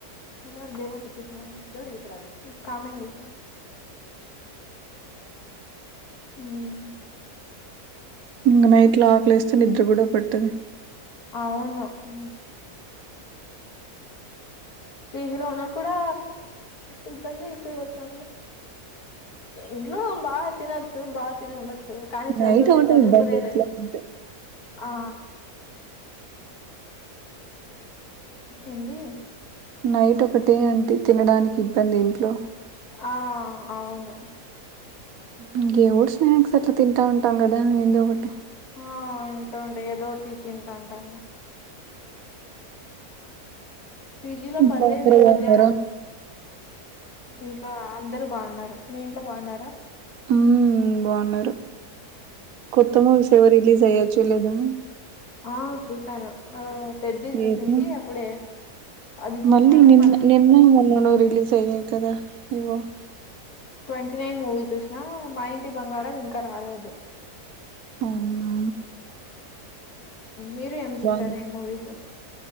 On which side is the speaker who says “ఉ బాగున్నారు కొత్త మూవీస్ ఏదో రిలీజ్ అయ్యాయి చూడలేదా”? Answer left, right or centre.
Right